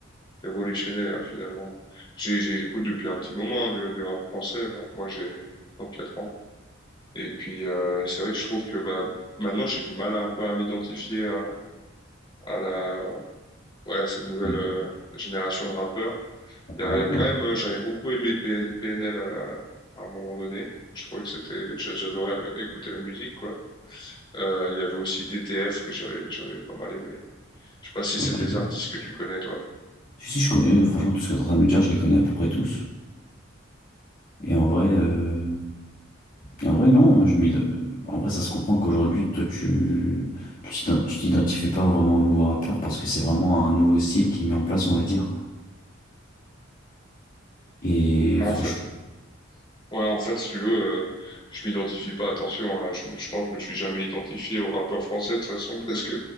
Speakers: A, on the left; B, on the left.
A: révolutionné, hein, finalement. J'ai- j'ai- J'écoute depuis un petit moment hein, du, du rap français. Bah, moi, j'ai 34 ans. Et puis, euh, c'est vrai que je trouve que bah, maintenant, j'ai du mal à, un peu à m'identifier à, à la, ouais, cette nouvelle
B: euh,
A: euh, génération de rappeurs.
B: Un
A: Il y a,
B: rappeur,
A: il y a quand même, euh, j'avais beaucoup aimé PN PNL à, la- à un moment donné. Je trouvais que c'était, j'a- j'adorais la- écouter la musique, quoi. Euh, il y avait aussi DTF que j'avais, j'avais pas mal aimé. Je sais pas si c'est
B: ok.
A: des artistes que tu connais, toi.
B: Si, si, je connais, franchement, tout ce que tu es en train de me dire, je les connais à peu près tous. Et en vrai, euh, et en vrai, non, je m'id- en vrai, ça se comprend qu'aujourd'hui, toi, tu tu t'ident- tu t'identifies pas vraiment au nouveau rappeur parce que c'est vraiment un nouveau style qui est mis en place, on va dire. Et
A: Ouais, en
B: franchement,
A: fait, ouais, en fait, si tu veux, euh, je m'identifie pas, attention, hein, je, me- je pense que je me suis jamais identifié aux rappeurs français de toute façon, <laughs> parce que,